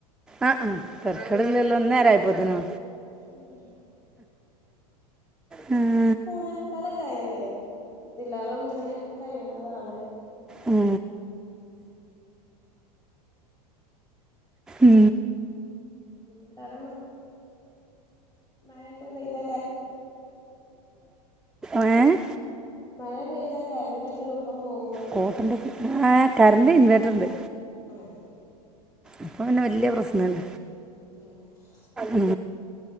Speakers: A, in the centre; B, on the left (about 20°).
A: ആ ആ തർക്കടിലെല്ലാ ന്നേരം ആയിപ്പോതിനോ
B: ഉം
A: ഉം
B: മൂന്നേമുക്കാലൊക്കായലേ ഇതില്ലാരും മുന്നെ കയ്യ്ണതാണ്
A: ഉം ഉം
B: ഉന്തട മഴയൊക്കെ പെയ്ത
A: ഏ
B: മഴ പെയ്താ കറന്റ്‌ക്കെളുപ്പം പോകും
A: കോട്ടന്റെ ആ കറന്റ് ഇൻവേർട്ടർ ഉണ്ട്
B: ആഹ
A: അപ്പൊ പിന്നെ വല്യ പ്രശ്നല്ല
B: ആഹ
A: ഉ